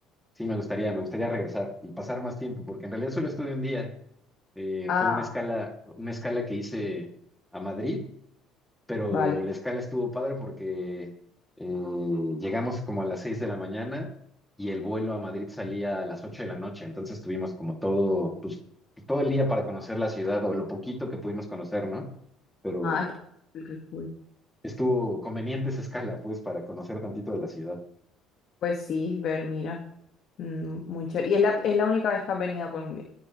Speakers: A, in the centre; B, on the left (about 55°).
A: Sí, me gustaría, me gustaría regresar y pasar más tiempo, porque en realidad solo estuve un día. Eh,
B: Ah,
A: fue una escala, una escala que hice a Madrid pero
B: vale.
A: la escala estuvo padre porque eh, llegamos como a las 6 de la mañana y el vuelo a Madrid salía a las 8 de la noche, entonces tuvimos como todo, pues, todo el día para conocer la ciudad o lo poquito que pudimos conocer, ¿no? Pero
B: Ah, qué cool. qué cool.
A: estuvo conveniente esa escala, pues, para conocer tantito de la ciudad.
B: Pues sí, ver, mira. Mm, Muy chévere. Y es la, es la única vez que has venido a Colombia.